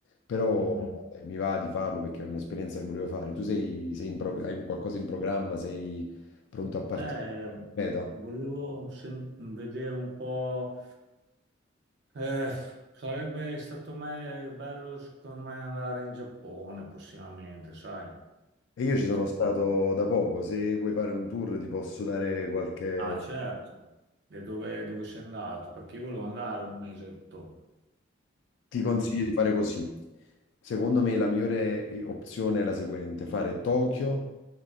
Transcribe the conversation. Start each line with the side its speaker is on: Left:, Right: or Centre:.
Left: Però
Right: Mm.
Left: vabbè, mi va di farlo perché è un'esperienza che volevo fare. Tu sei, sei in prog- hai qualcosa in programma, sei pronto a partire?
Right: Eh,
Left: Meta.
Right: volevo sen- vedere un po'... eh, sarebbe stato me- bello, secondo me, andare in Giappone prossimamente, sai?
Left: E io ci sono
Right: Sì.
Left: stato da poco, se vuoi fare un tour ti posso dare qualche...
Right: Ah, certo. E dove, dove sei andato? Perché io volevo andare un mesetto.
Left: Ti consiglio
Right: Eh,
Left: di fare così. Secondo me la migliore opzione è la seguente, fare Tokyo,